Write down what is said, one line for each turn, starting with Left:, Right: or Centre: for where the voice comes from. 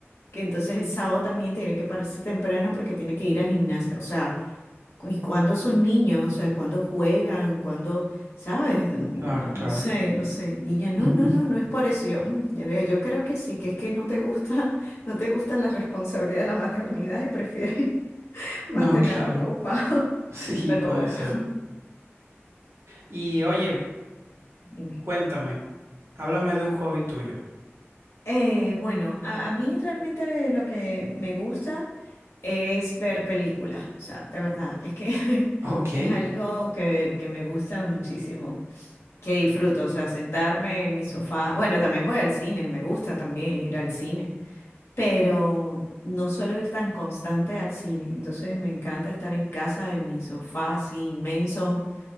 Left: que entonces el sábado también tiene que pararse temprano porque tiene que ir al gimnasio. O sea, ¿Y cuando son niños? O sea, cuando juegan? cuando, sabes? Mm,
Right: Claro,
Left: No
Right: claro.
Left: sé, no sé. Y ya no,
Right: <laughs>
Left: no, no, no es por eso. Y Yo, "Mm". Yo le digo, yo creo que sí, que es que no te gusta, no te gusta la responsabilidad de la maternidad y prefieres <laughs>
Right: No,
Left: mantenerlo
Right: claro.
Left: copado.
Right: Sí,
Left: Pero
Right: puede
Left: bueno,
Right: ser. Y oye,
Left: dime.
Right: cuéntame, háblame de un hobby tuyo.
Left: Eh, bueno, a, a mí realmente lo que me gusta es ver películas. O sea, de verdad, es que
Right: Ok.
Left: <laughs> es algo que, que me gusta muchísimo. que disfruto, o sea, sentarme en mi sofá. Bueno, también voy al cine, me gusta también ir al cine, pero no suelo ir tan constante al cine, entonces me encanta estar en casa en mi sofá así inmenso